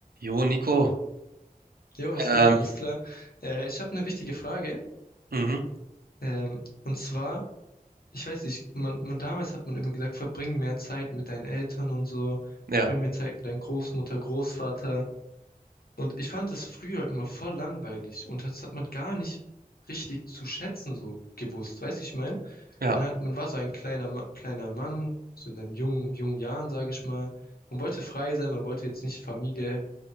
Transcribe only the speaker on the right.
Jo, Nico,
ähm,
mhm,
ja,
ja,